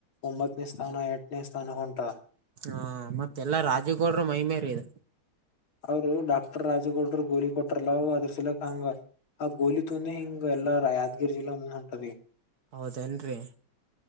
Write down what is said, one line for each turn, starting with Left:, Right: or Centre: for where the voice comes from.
Left: ಒಂಬತ್ತನೇ ಸ್ಥಾನ ಎಂಟನೇ ಸ್ಥಾನ ಹೊಂಟ
Right: ಹಾ ಮತ್ತೆಲ್ಲ ರಾಜುಗೌಡರು ಮೈಮೇರಿ ಇದು
Left: ಅವರು ಡಾಕ್ಟರ್ ರಾಜುಗೌಡರು ಗೋಲಿ ಕೊಟ್ರಲ ಅದ್ರ ಸಲಕ್ ಹಂಗ ಆ ಗೋಲಿ ತುಂದಿ ಹಿಂಗ ಎಲ್ಲಾ ಯಾದಗಿರಿ ಜಿಲ್ಲಾ ಹೊಂಟದ <unintelligible>
Right: ಹೌದೇನ್ರಿ